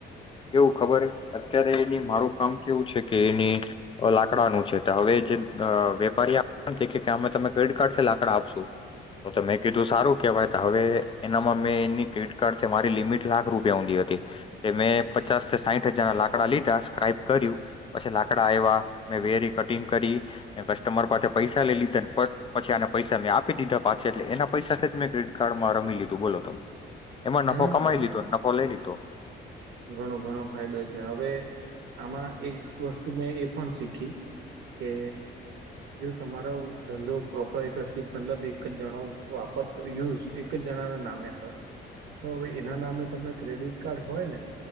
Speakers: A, on the left; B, on the right.
A: કેવું ખબર અત્યારે એની મારું કામ કેવું છે કે એની લાકડાનું છે તો હવે જે વેપારી આપ અમે તમે ક્રેડિટ કાર્ડથી લાકડા આપશું તો તમે કીધું સારું કેહેવાય તો હવે એનામાં મેં એની ક્રેડિટ કાર્ડ છે મારી લિમિટ લાખ રૂપિયા ઊંધી હતી. એ મેં પચાસ થી સાહીઠ હજારના લાકડા લીધા સ્ક્રાઇપ કર્યું, પછી લાકડા આવ્યા મેં વેરી કટિંગ કરી કસ્ટમર પાસે પૈસા લઈ લીધા પછી આને પૈસા મેં આપી દીધા પાછા એટલે એના પૈસાથી જ મેં ક્રેડિટ કાર્ડમાં રમી લીધું. તો બોલો તમેં એમાં
B: ના
A: નફો
B: ના
A: કમાઈ
B: ઘણો
A: લીધો, નફો લઈ લીધો.
B: ઘણો ઘણો ફાયદો છે. હવે આમાં એક વસ્તુ મેં એ પણ શીખી કે જો તમારો ધંધો પ્રોપટરશીપ મતલબ એક જ જણો વાપરતો યુઝ એક જ જણાના નામે હોય તો હવે એના નામે તમે ક્રેડિટ કાર્ડ હોય ને